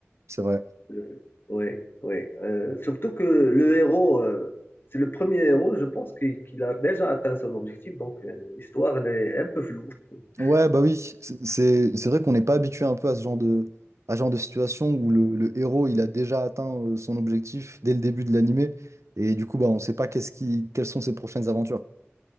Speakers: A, on the right; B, on the left.
A: c'est vrai.
B: euh, oui, oui. Euh, surtout que le héros, euh, c'est le premier héros, je pense, qu'il qu'il a déjà atteint son objectif. Donc, euh, l'histoire, elle est un peu floue. <laughs>
A: Ouais, bah oui, c'est c'est- c'est vrai qu'on n'est pas habitué un peu à ce genre de, à ce genre de situation où le, le héros, il a déjà atteint euh, son objectif dès le début de l'animé, et du coup, bah, on ne sait pas qu'est-ce qui, quelles sont ses prochaines aventures.